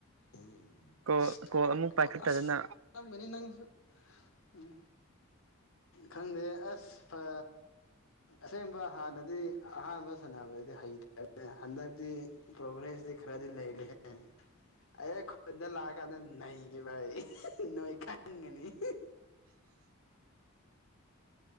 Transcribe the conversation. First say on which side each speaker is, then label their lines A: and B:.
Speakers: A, on the left; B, on the right.
A: <unintelligible>
B: ꯀꯣ ꯀꯣꯜ ꯑꯃꯨꯛ ꯄꯥꯏꯈꯠꯇꯗꯅ
A: ꯇꯔꯝꯒꯅꯤ ꯅꯪꯁꯨ ꯎꯝ ꯈꯪꯗꯦ ꯑꯁ ꯐꯥ ꯑꯁꯦꯡꯕ ꯍꯥꯟꯅꯗꯤ ꯑꯍꯥꯟꯕ ꯁꯥꯟꯅꯕꯗꯤ ꯍꯩꯇꯕꯅꯦ ꯍꯟꯗꯛꯇꯤ ꯄ꯭ꯔꯣꯒ꯭ꯔꯦꯁꯇꯤ ꯈꯔꯗꯤ ꯂꯩ <unintelligible> ꯑꯩ ꯍꯦꯛ ꯈꯨꯟꯗ ꯂꯥꯛꯑꯀꯥꯟꯗ ꯅꯩꯒꯦ ꯚꯥꯏ ꯅꯣꯏ ꯈꯪꯒꯅꯤ <unintelligible>